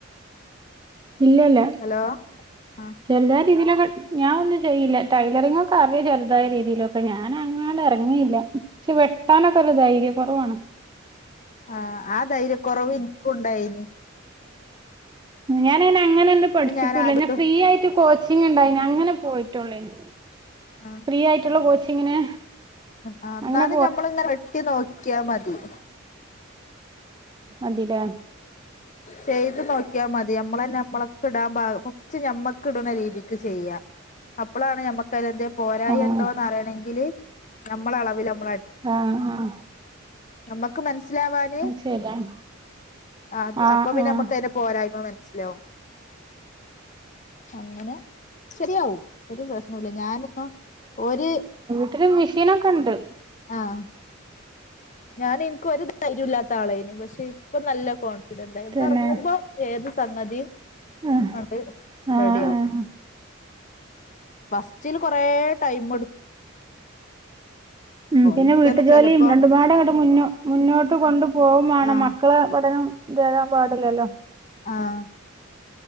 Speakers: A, on the right; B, on the left.
A: ഇല്ലല്ല
B: ഹലോ ആ
A: ചെറുതായ രീതിയിലൊക്കെ ഞാൻ ഒന്നും ചെയ്യില്ല ടൈലറിംഗ് ഒക്കെ അറിയോ ചെറുതായ രീതിയില്. അപ്പ ഞാൻ അങ്ങാട് ഇറങ്ങിയില്ല പക്ഷെ വെട്ടാനൊക്കെ ഒരു ധൈര്യം കുറവാണ്
B: ആഹ ആ ധൈര്യകുറവ് ഇക്കും ഉണ്ടായിന്.
A: ഞാനെഅങ്ങനെ ഒന്നും പഠിച്ചിട്ടൂല്ല
B: ഞാൻ ആദ്യട്ട്
A: ഞൻ ഫ്രീ ആയിട്ട് കോച്ചിങ് ഉണ്ടായി അങ്ങനെ പോയിട്ടുള്ളൂയിന്.
B: ആ
A: ഫ്രീ ആയിട്ടുള്ള കോച്ചിങ്ങിന്.
B: ആ എന്നാലും
A: അങ്ങനെ
B: ഞമ്മളിങ്ങനെ വെട്ടി നോക്കിയാ മതി
A: മതിലെ
B: ചെയ്ത് നോക്കിയാൽ മതി നമ്മളെന്നെ നമ്മളക്ക് ഇടാൻ ഫസ്റ്റ് ഞമ്മക്ക് ഇടുന്ന രീതില്. ചെയ്യാം അപ്പോഴാണ് ഞമ്മക്കഅത് പോരായ
A: ആഹ്
B: ഉണ്ടോന്ന് അറിയണങ്കില്. നമ്മള അളവില് നമ്മള
A: ആഹ് ആഹ
B: നമ്മുക്ക് മനസിലാവാാന്
A: അത് ശരിയാണ്
B: ആ
A: ആഹ്
B: അപ്പൊ പിന്നെ
A: ആഹ്
B: നമുക്ക്. പോരായ്മ മനസ്സിലാവും. അങ്ങനെ ശരിയാവും ഒരു പ്രശ്നല്ല ഞാനൊന്നപ്പം ഒരു.
A: എനിക്ക്രു മെഷീനൊക്കെണ്ട്.
B: ആഹ ഞാൻ എനിക്ക് ഒരു ധൈര്യല്ലാത്ത ആളായിന് പക്ഷെ ഇപ്പൊ നല്ല കോൺഫിഡന്റ് ആയി നമ്മള്
A: പിന്നെ
B: ഇറങ്ങുമ്പോ. ഏത് സംഗതിയും
A: ആഹ്
B: അത്
A: ആഹ്
B: റെഡിയാവും.
A: ആഹ്
B: ഫസ്റ്റില് കൊറേ ടൈം എടുത്തു..
A: ഉം പിന്നെ
B: ഇൻക്ക്
A: വീട്ടുജോലിയും
B: തന്നെ ചെലപ്പോ
A: രണ്ടുപാട് അങ്ങോട്ട് മുന്നോ മുന്നോട്ട് കൊണ്ടു പോകുമാണം
B: ആഹ്
A: മക്കളെ പഠനം. രാൻ പാടില്ലല്ലോ
B: ആഹ